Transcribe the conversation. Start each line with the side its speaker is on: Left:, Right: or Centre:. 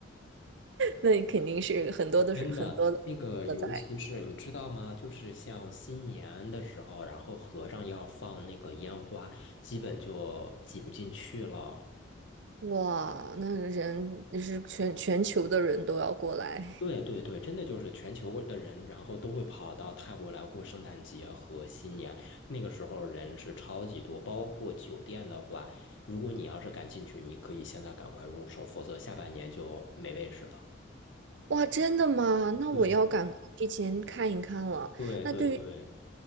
Right: 那你肯定是很多都是很多的都在。
Left: 真的，那个尤其是你知道吗？就是像新年的时候，然后和尚要放那个烟花，基本就挤不进去了。
Right: 哇，那人是全全球的人都要过来。
Left: 对对对，真的就是全球的人，然后都会跑到泰国来过圣诞节和新年。那个时候人是超级多，包括酒店的话，如果你要是敢进去，你可以现在赶快入手，否则下半年就没位置了。
Right: 哇，真的吗？那我要赶快提前看一看了。
Left: 对对对对
Right: 那对于